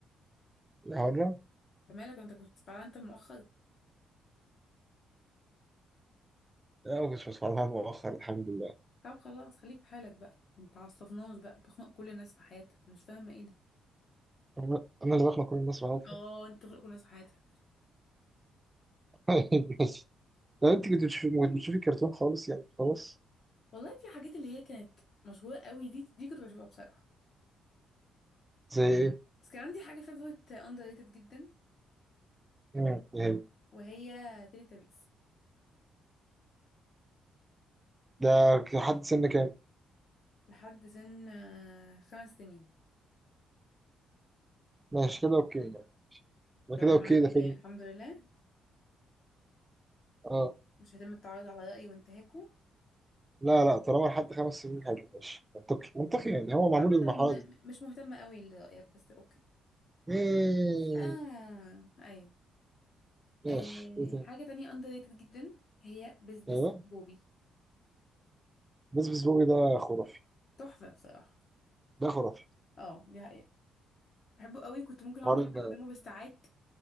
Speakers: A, on the right; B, on the left.
A: يا حرام
B: أنت مالك انت كنت فعلا انت مؤخر
A: لا ما كنتش بسمع لها مؤخر الحمد لله
B: طب خلاص خليك في حالك بقى ما تعصبناش بقى بتخنق كل الناس في حياتها أنا مش فاهمه ايه ده
A: انا أنا اللي بخلق كل الناس معاها
B: اه انت بتخنق كل الناس في حياتها
A: <laughs> بس لو انت كنت بتشوفي ما كنت بتشوفي كرتون خالص يعني خلاص
B: والله في حاجات اللي هي كانت مشهوره قوي دي دي كنت بشوفها بصراحه
A: زي ايه؟
B: بس كان عندي حاجه فيفورت اندر ريتد جدا
A: مم، إيه.
B: وهي تيلي تابيس
A: ده لحد سن كام؟
B: لحد سن آه، خمس سنين
A: ماشي كده اوكي يعني ده
B: تمام
A: كده اوكي
B: معاك كده
A: ده فيلم
B: يعني الحمد لله
A: اه
B: مش هيتم التعرض على رايي وانتهاكه
A: لا لا طالما لحد خمس سنين حلو ماشي منطقي منطقي يعني هو معمول
B: عامة
A: للمرحلة دي
B: مش مهتمة قوي لرأيك بس اوكي
A: مم،
B: اه ايوه
A: ماشي
B: آه
A: ايه تاني؟
B: حاجة تانية underrated جدا هي بسبس
A: ايوه
B: بوبي
A: بس بس بوبي ده خرافي
B: تحفة بصراحة
A: ده خرافي
B: اه دي حقيقة بحبه قوي كنت ممكن اقعد
A: حوار
B: بجد
A: ال-
B: قدامه بالساعات